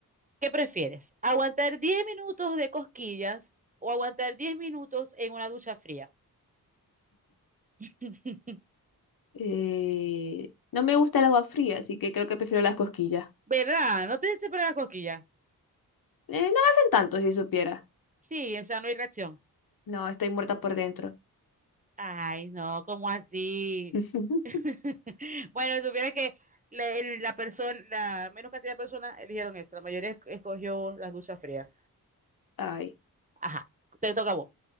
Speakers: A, on the right; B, on the left.
A: ¿Qué prefieres? ¿Aguantar 10 minutos de cosquillas o aguantar 10 minutos en una ducha fría? <laughs>
B: Eh, no me gusta el agua fría, así que creo que prefiero las cosquillas.
A: ¿Verdad? ¿No te separan las cosquillas?
B: Eh, no me hacen tanto si supiera.
A: Sí, o sea, no hay reacción.
B: No, estoy muerta por dentro.
A: Ay, no, ¿cómo así?
B: <laughs>
A: <laughs> Bueno, si supiera que la, el- la persona, la menos cantidad de personas eligieron eso. La mayoría es- escogió las duchas frías.
B: Ay.
A: Ajá, te toca a vos.